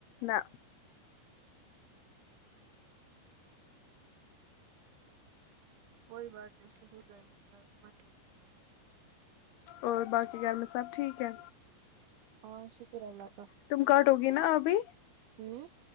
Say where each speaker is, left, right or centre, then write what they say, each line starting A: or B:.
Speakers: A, on the left; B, on the right.
A: نہ
B: کوئی بات نہیں اسکو ہو جائےگی فرق مت لو ٹینشن
A: اور باقی گھر میں سب ٹھیک ہے
B: ہاں شکر اللہ کا
A: تم کاٹو گی نا ابھی
B: ہ